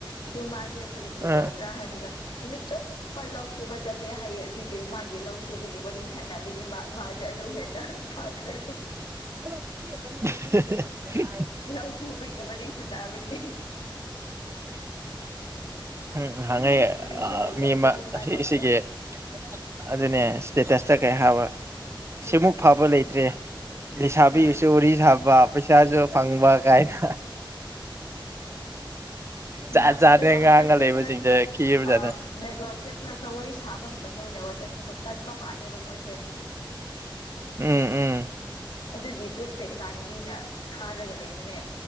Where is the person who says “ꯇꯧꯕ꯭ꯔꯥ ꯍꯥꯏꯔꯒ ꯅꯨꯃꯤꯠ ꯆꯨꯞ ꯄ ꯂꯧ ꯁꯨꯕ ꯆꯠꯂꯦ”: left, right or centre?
Left